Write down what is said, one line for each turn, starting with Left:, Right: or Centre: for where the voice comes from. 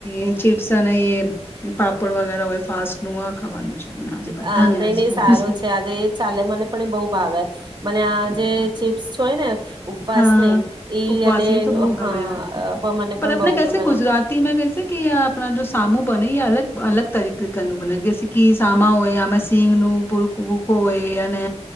Left: એ ચીપ્સ અને એ કે પાપડ વગેરા હોય ફાસ્ટ નું ખાવાનું. છે એમના આજે બધાને
Right: અ નહી
Left: આજ
Right: નહી
Left: ખાવાનું
Right: સારો છે, આજે એ ચાલે મને પણ એ બહુ ભાવે. મને આ જે ચિપ્સ હોય ને ઉપવાસની
Left: હા
Right: ઈ
Left: ઉપવાસી
Right: અને
Left: તો બહુ
Right: હા
Left: ગમે
Right: મને
Left: પર
Right: પણ
Left: આપને
Right: બહુ
Left: કૈસે
Right: ગમે
Left: ગુજરાતી મેં કૈસે કે આપણા જો સામુ બનઈએ અલગ અલગ તરીકેનું ક બનઈએ? કે સામા હોય આમાં સિંગ નું ભૂરખ ભૂકો હોય હોય અને